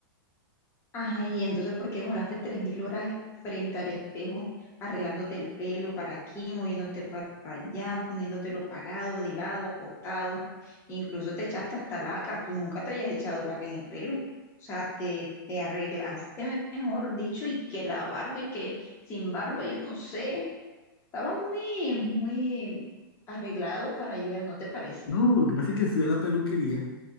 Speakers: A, on the left; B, on the left.
A: Ajá, y entonces, ¿por qué demoraste 3.000 horas frente al espejo, arreglándote el pelo para aquí, moviéndote para allá, poniéndotelo parado, de lado, acostado? Incluso te echaste hasta laca, tú nunca te habías echado laca en el pelo. O sea, te, te arreglaste, me- mejor dicho, y que la barba y que sin barba, yo no sé. Estaba muy, muy arreglado para ayer, ¿no te parece?
B: No, lo que pasa es que fui a la peluquería